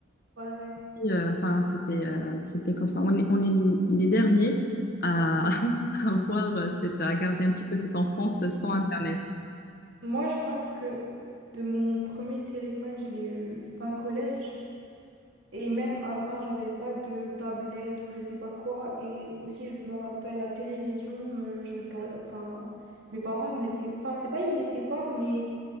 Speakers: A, on the right; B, on the left.
A: pareil.
B: Et, euh, enfin, c'était euh, c'était comme ça. On est, on est les derniers à, <laughs> à avoir euh, cette, à garder un petit peu cette enfance sans Internet.
A: Moi, je pense que de mon premier téléphone, je l'ai eu fin collège. Et même avant, j'avais pas de tablette ou je sais pas quoi. Et aussi, je me rappelle la télévision, euh, je regardais, enfin, mes parents me laissaient, enfin, c'est pas ils me laissaient pas, mais